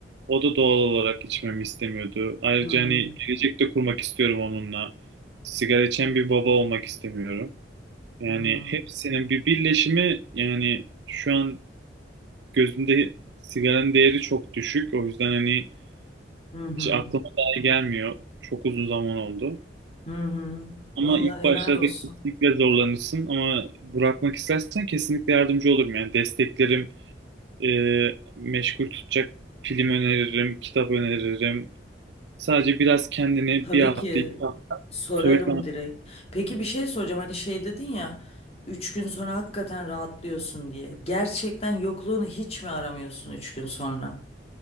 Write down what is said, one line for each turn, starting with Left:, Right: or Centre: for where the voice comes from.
Right: o da doğal olarak içmemi istemiyordu. Ayrıca
Left: Hı hı.
Right: hani gelecekte kurmak istiyorum onunla. Sigara içen bir baba olmak istemiyorum. Yani
Left: Hı hı.
Right: hepsinin bir birleşimi yani şu an gözümde sigaranın değeri çok düşük. O yüzden hani
Left: Hı hı.
Right: hiç aklıma dahi gelmiyor. Çok uzun zaman oldu.
Left: Hı hı.
Right: Ama
Left: Vallahi
Right: ilk başlarda
Left: helal olsun.
Right: kesinlikle zorlanırsın ama bırakmak istersen kesinlikle yardımcı olurum. Yani desteklerim, e, meşgul tutacak film öneririm, kitap öneririm. Sadece biraz kendini
Left: Tabii
Right: bir hafta,
Left: ki
Right: iki hafta
Left: sorarım
Right: soyutlan
Left: direkt. Peki bir şey soracağım. Hani şey dedin ya üç gün sonra hakikaten rahatlıyorsun diye. Gerçekten yokluğunu hiç mi aramıyorsun üç gün sonra?